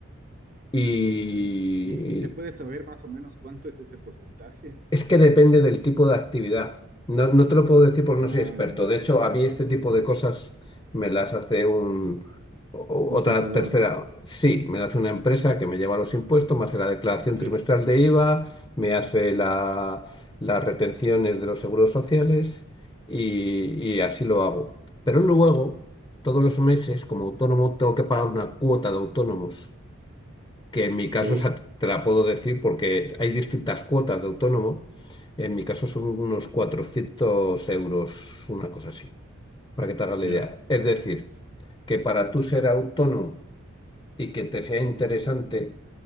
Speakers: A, on the left; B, on the right.
A: y,
B: ya. Y, y, y se puede saber más o menos cuánto es ese porcentaje.
A: Es que depende del tipo de actividad. No, no te lo puedo
B: Ya,
A: decir porque
B: ah,
A: no soy experto.
B: ya,
A: De hecho, a mí este tipo de cosas me las hace un, o-
B: un
A: otra
B: contador.
A: tercera. Sí, me la hace una empresa que me lleva los impuestos, me hace la declaración
B: Ok,
A: trimestral de IVA, me hace la- las retenciones de los seguros sociales y, y así lo hago. Pero luego, todos los meses, como autónomo, tengo que pagar una cuota de autónomos que en mi caso,
B: ok,
A: o sea, te la puedo decir porque hay distintas cuotas de autónomo. En mi caso son unos 400 euros, una cosa así, para que te hagas la
B: ya.
A: idea. Es decir, que para tú ser autónomo y que te sea interesante,